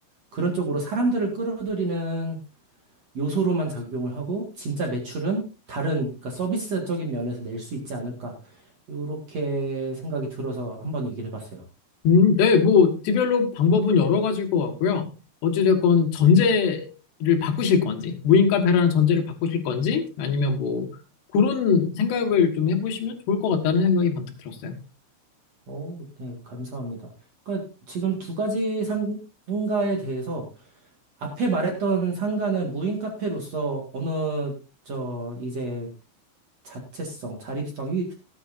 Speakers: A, on the right; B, on the left.
A: 그런 쪽으로 사람들을 끌어들이는 요소로만 작용을 하고 진짜 매출은 다른 그러니까 서비스적인 면에서 낼 수 있지 않을까 요렇게 생각이 들어서 한번 얘기를 해봤어요.
B: 음, 네, 뭐 디벨롭 방법은 여러 가지일 것 같고요. 어찌됐건 전제를 바꾸실 건지, 무인 카페라는 전제를 바꾸실 건지, 아니면 뭐 그런 생각을 좀 해보시면 좋을 것 같다는 생각이 번뜩 들었어요.
A: 오, 네, 감사합니다. 그러니까 지금 두 가지 상가에 대해서 앞에 말했던 상가는 무인 카페로서 어느 저 이제 자체성, 자립성, 이